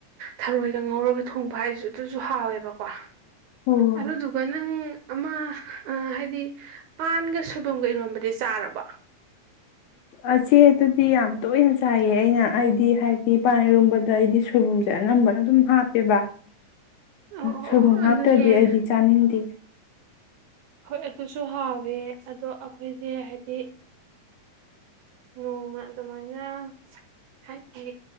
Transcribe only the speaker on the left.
ꯑꯣ
ꯑꯁ ꯆꯦ ꯑꯗꯨꯗꯤ ꯌꯥꯝ ꯇꯣꯏꯅ ꯆꯥꯏꯌꯦ ꯑꯩꯅ ꯑꯩꯗꯤ ꯍꯥꯏꯗꯤ ꯄꯥꯟ ꯏꯔꯣꯝꯕꯗ ꯑꯩꯗꯤ ꯁꯣꯏꯕꯨꯝꯁꯦ ꯑꯅꯝꯕꯅ ꯑꯗꯨꯝ ꯍꯥꯞꯄꯦꯕ
ꯁꯣꯏꯕꯨꯝ
ꯍꯥꯞꯇ꯭ꯔꯗꯤ ꯑꯩꯗꯤ ꯆꯥꯅꯤꯡꯗꯦ